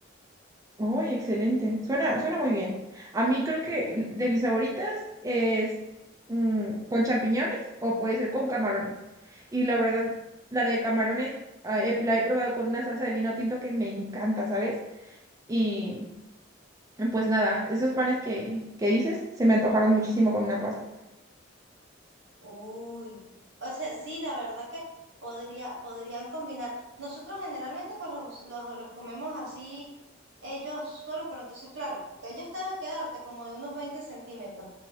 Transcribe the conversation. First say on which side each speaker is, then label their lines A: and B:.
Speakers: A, on the right; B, on the right.
A: Uy, excelente. Suena, suena muy bien. A mí creo que
B: Ujú.
A: de mis favoritas es mm, con champiñones o puede ser con camarones. Y la verdad, la de camarones ah, he- la he probado con una salsa de vino tinto que me encanta, ¿sabes? Y pues nada, esos panes que, que dices se me antojaron muchísimo con una pasta. <laughs>
B: Uy, o sea, sí, la verdad que podría, podrían combinar. Nosotros generalmente pues los, los, los comemos así ellos solos pero entonces claro, ellos deben quedarte como de unos 20 centímetros.